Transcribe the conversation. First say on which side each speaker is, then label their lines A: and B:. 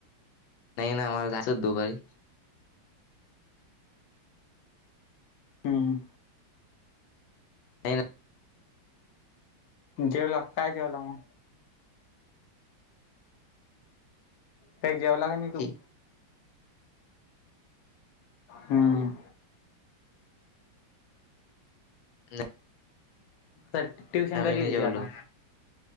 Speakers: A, on the left; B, on the left.
A: नाही नाही आमला गाचच दोपारी
B: हम्म
A: नाही नाही
B: जेवला काय जेवला मग का जेवला का नाही तू
A: की
B: हम्म
A: ह
B: ट्युशन कधी
A: नाही
B: तुझी
A: जेवलो.
B: आता